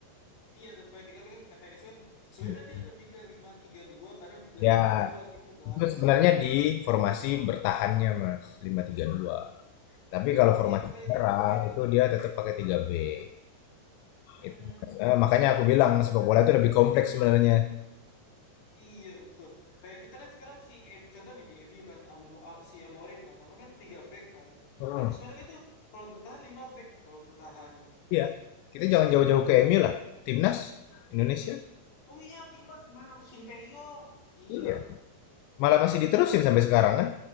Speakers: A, on the left; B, on the left.
A: Iya, pakai 3 back kan kata Iniesta kan sebenarnya
B: Mhm.
A: kan dia lebih ke lima tiga dua kadang tiga
B: Ya,
A: lima dua gitu kan.
B: itu sebenarnya di formasi bertahannya Mas, lima tiga dua. Tapi kalau formasi
A: Iya, makanya
B: menyerang
A: dia fluid.
B: itu dia tetap pakai 3 back.
A: Mhm.
B: Itu, eh, makanya aku bilang sepak bola itu lebih kompleks sebenarnya.
A: Iya, betul. Kayak kita kan sekarang si M contoh nih di MU kan Amo- ah, si Amorim kan. Amorim kan 3 back kan.
B: Mhm.
A: Tapi sebenarnya kan itu kalau bertahan 5 back kalau bertahan.
B: Iya. Kita jangan jauh-jauh ke MU lah. Timnas Indonesia.
A: Oh iya, Timas kemarin waktu Sinteyong. Iya.
B: Iya. Malah masih diterusin sampai sekarang kan?